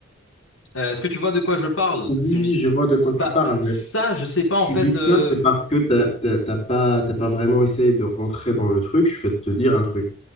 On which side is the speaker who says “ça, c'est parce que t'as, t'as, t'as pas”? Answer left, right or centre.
Left